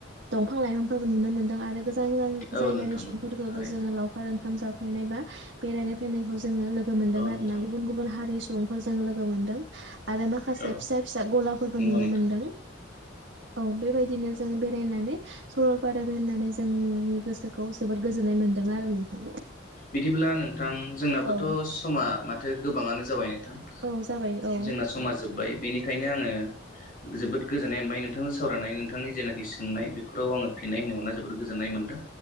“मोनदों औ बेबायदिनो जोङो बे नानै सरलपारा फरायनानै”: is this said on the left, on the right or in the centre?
Right